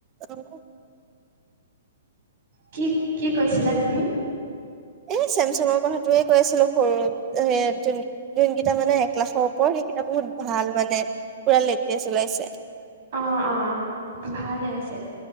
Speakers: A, on the right; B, on the right.
A: অ'।
B: কি কি কৈছিলা তুমি?
A: এই চেমচঙৰ কথাটোয়ে কৈ আছিলোঁ সৰু এ যোন যোনকেইটা মানে এক লাখৰ ওপৰত সেইকেইটা বহুত ভাল মানে, পুৰা লেতেজ ওলাইছে।
B: অ' অ' ভালে আছে।